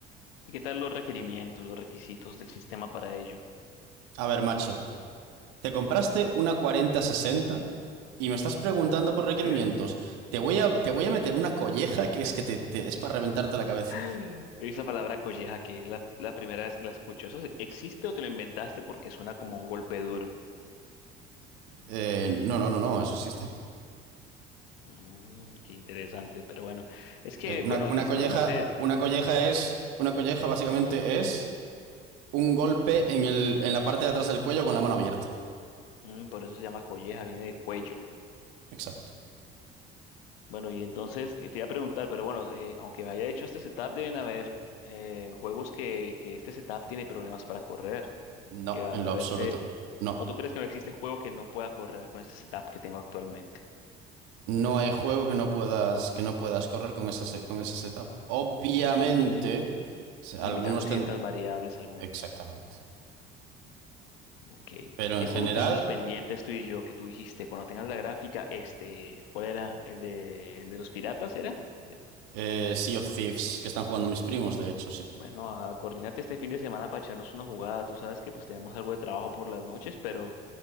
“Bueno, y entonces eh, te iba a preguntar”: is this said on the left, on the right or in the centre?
Left